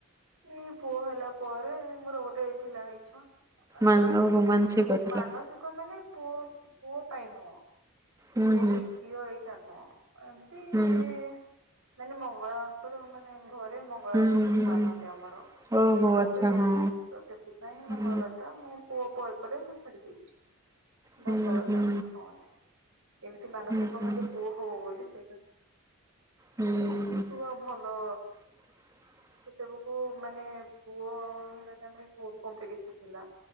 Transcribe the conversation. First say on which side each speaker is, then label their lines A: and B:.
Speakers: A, on the right (about 90°); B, on the right (about 15°).
A: ଏଇ ପୁଅ ହେଲା ପରେ ମୋର ଗୋଟେ ଥିଲା ଇଛା ମାନେ
B: ମା ଓହୋ ମାନସି
A: <unintelligible>
B: କରିଥିଲା
A: ମାନସିକ ମାନେ ପୁଅ ପୁଅ ପାଇଁ ନୁହଁ।
B: ହୁଁ
A: ପୁଅ
B: ହୁଁ
A: କି ଝିଅ ହେଇଥାନ୍ତା ଏମିତି
B: ହୁଁ।
A: <inaudible> ମାନେ ମଙ୍ଗଳାଙ୍କର ମାନେ ଘରେ ମ ମଙ୍ଗଳାଙ୍କୁ
B: ହୁଁ
A: ବହୁତ
B: ହୁଁ
A: ମାନନ୍ତି ଆମର
B: ଓହୋ
A: ମୁଁ
B: ଆଚ୍ଛା
A: ବି ମାନେ
B: ହଁ
A: ତ ସେଥିପାଇଁ
B: ହୁଁ
A: ମଙ୍ଗଳବାର ଟା ମୁଁ ପୁଅ ପରେ ପରେ ମୁଁ ଛାଡି ଦେଇଛି
B: ହୁଁ
A: ମଙ୍ଗବାର
B: ହୁଁ
A: ଟା ମୁଁ ହଁ ଏମିତି ମାନସିକ
B: ହୁଁ ହୁଁ
A: ନୁହଁ ଯେ ପୁଅ ହଉ ବୋଲି ସେଇଟା
B: ହୁଁ
A: <unintelligible> ପୁଅ ଭଲ।
B: <inaudible>
A: ସେତେବେଳ କୁ ମାନେ ପୁଅ ହେଲା ଟାଇମ ରେ ବହୁତ କପ୍ଲିକେଟ ଥିଲା।